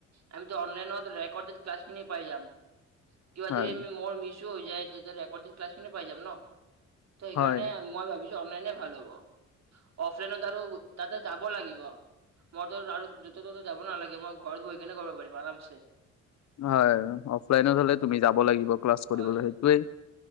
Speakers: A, on the right; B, on the left.
A: আ অনলাইনতডড ক্ল খিন পাই যাম। কিবা
B: হয়
A: যদি আমি মোৰ মিছো হৈ যায় তেতিয়া ৰেকৰ্ড ক্লাছ খিনি পাই যাম ন। ত সেইকাৰণে
B: হয়
A: মই ভাবিছো অনলাইনে ভাল হ'ব। অফলাইনত আৰু তাতে যাব লাগিব। মই ত আৰু দুত ত'ত যাব নালাগে মই ঘৰত বহ কেনে কৰিব পাৰিম আৰামছে।
B: হয় অফলাইনত হলে তুমি যাব লাগিব ক্লাছ কৰিবলৈ
A: হয়
B: সেইটোোৱেই।